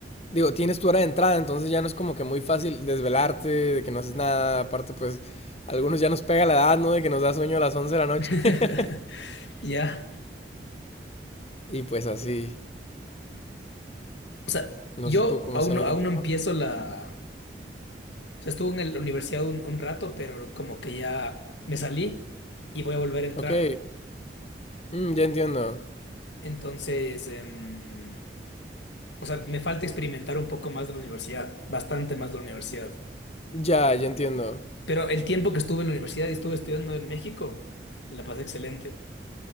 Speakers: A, on the left; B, on the left.
A: digo, tienes tu hora de entrada, entonces ya no es como que muy fácil desvelarte, de que no haces nada, aparte pues a algunos ya nos pega la edad, ¿no? De que nos da sueño a las 11 de la noche.
B: <laughs>
A: <laughs>
B: Ya.
A: y pues así,
B: O sea,
A: no
B: yo
A: sé tú cómo
B: aún
A: sea
B: no,
A: ahí
B: aún
A: contigo.
B: no empiezo la O sea, estuve en la universidad un, un rato, pero como que ya me salí y voy a volver a entrar.
A: Ok, mm, ya entiendo.
B: Entonces, em, o sea, me falta experimentar un poco más de la universidad, bastante más de la universidad.
A: Ya, ya entiendo.
B: Pero el tiempo que estuve en la universidad y estuve estudiando en México, la pasé excelente.